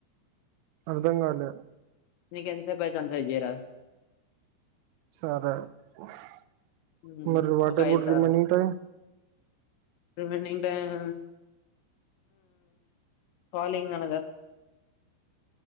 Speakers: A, on the right; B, on the left.
A: అర్ధం కాలే
B: నీకు ఎంత సేపు <unintelligible> రా
A: సరే <unintelligible>
B: మ్మ్. ఒక ఐదు సార్లు
A: నింగ్ టైం
B: రిమైనింగ్ టైం కాలింగ్ మ్ అనదర్